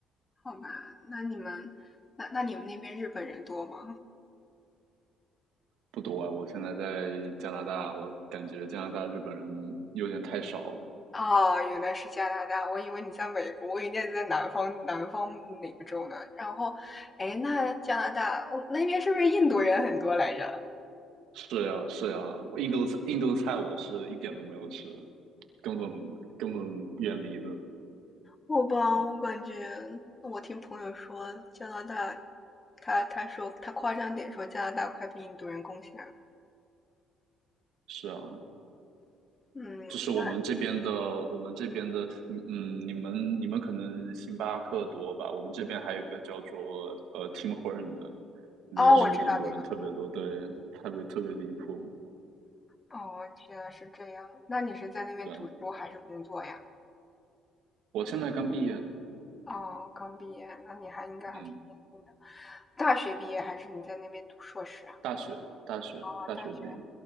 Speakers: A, on the left; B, on the right.
A: 好吧，那你们，那那你们那边日本人多吗？
B: 不多啊。我现在在加拿大，我感觉加拿大日本人有点太少了。
A: 哦，原来是加拿大，我以为你在美国，我以为你在南方，南方哪个州呢？然后，哎，那加拿大，哦，那边是不是印度人很多来着？
B: 是呀是呀，我印度菜印度菜我是一点都没有吃，根本根本远离的。
A: 好吧，我感觉我听朋友说加拿大，他他说他夸张点说加拿大快被印度人攻下了。
B: 是啊，
A: 嗯，
B: 就是我们这边的，
A: 那
B: 我们这边的，嗯嗯，你们你们可能星巴克多吧？我们这边还有一个叫做呃 Tim Horton 的，那也是印度人特别多，
A: 哦，我嗯知道这个
B: 对，特别特别离谱。
A: 哦，原来是这样。那你是在那边读书还是工作呀？
B: 对，我现在刚毕业，
A: 哦，刚毕业，那你还应该还挺年轻的。
B: 嗯，
A: 大学毕业还是你在那边读硕士啊？
B: 大学大学大学毕业，
A: 哦，大学，